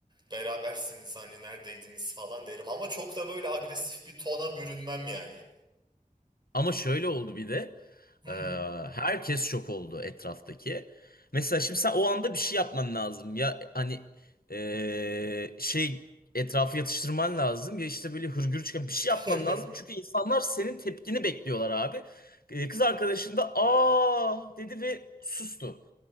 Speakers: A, on the right; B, on the left.
A: berabersiniz hani neredeydiniz falan derim. Ama çok da böyle agresif bir tona bürünmem yani.
B: Ama şöyle oldu bir de.
A: Hmm.
B: Ee, herkes şok oldu etraftaki. Mesela şimdi sen o anda bir şey yapman lazım. Ya hani ee, şey etrafı yatıştırman lazım. Ya işte böyle hırgür çıkan bir şey yapman
A: <laughs>
B: lazım. Çünkü insanlar senin tepkini bekliyorlar abi. Ee, kız arkadaşın da aa dedi ve sustu.